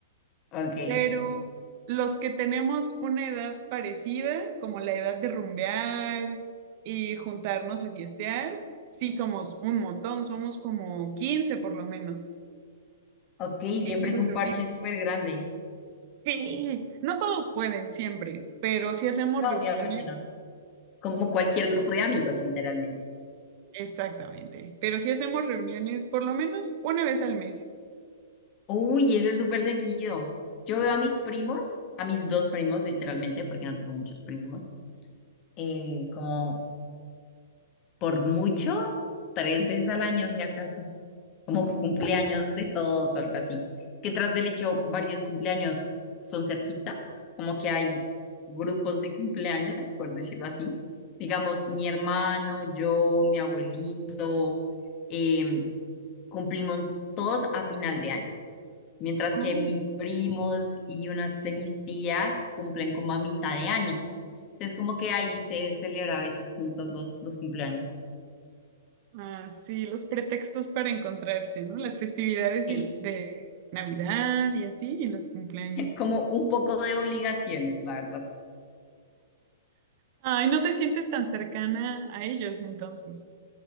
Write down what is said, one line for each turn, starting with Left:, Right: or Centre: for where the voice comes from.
Left: ok.
Right: Pero los que tenemos una edad parecida, como la edad de rumbear y juntarnos a fiestear, sí somos un montón, somos como 15 por lo menos.
Left: Ok, siempre
Right: Y sí nos
Left: es un
Right: reunimos.
Left: parche súper grande.
Right: Sí, no todos pueden siempre, pero sí hacemos
Left: No,
Right: reuniones,
Left: obviamente no. Como cualquier grupo de amigos, literalmente.
Right: exactamente, pero sí hacemos reuniones por lo menos una vez al mes.
Left: Uy, eso es súper seguido. Yo veo a mis primos, a mis dos primos literalmente, porque no tengo muchos primos, eh, como por mucho, tres veces al año, si acaso, como cumpleaños de todos o algo así. Que tras del hecho, varios cumpleaños son cerquita, como que hay grupos de cumpleaños, por decirlo así. Digamos, mi hermano, yo, mi abuelito, em, cumplimos todos a final de año. mientras
Right: Oh.
Left: que mis primos y unas de mis tías cumplen como a mitad de año. Entonces, como que ahí se celebra a veces juntos los, los cumpleaños.
Right: Ah, sí, los pretextos para encontrarse, ¿no? Las festividades
Left: Sí,
Right: y- de Navidad y así, y los cumpleaños.
Left: <laughs> como un poco de obligaciones, la verdad.
Right: Ay, no te sientes tan cercana a ellos entonces.